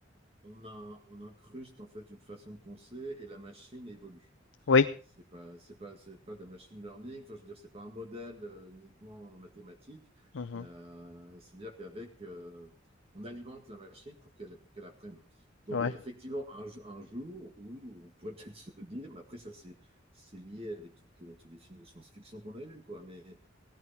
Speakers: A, on the right; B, on the left.
A: on a, on incruste en fait une façon de penser et la machine évolue.
B: Oui.
A: C'est pas, c'est pas, c'est pas de la machine learning. Enfin, je veux dire, c'est pas un modèle euh, uniquement mathématique.
B: Mhm.
A: Euh, c'est-à-dire qu'avec, euh, on alimente la machine pour qu'elle pour qu'elle apprenne. Donc,
B: Ouais.
A: il y a effectivement un, un jour où on pourrait peut-être se dire, mais après ça, c'est c'est lié avec toutes les- tous les films de science-fiction qu'on a eus, quoi. Mais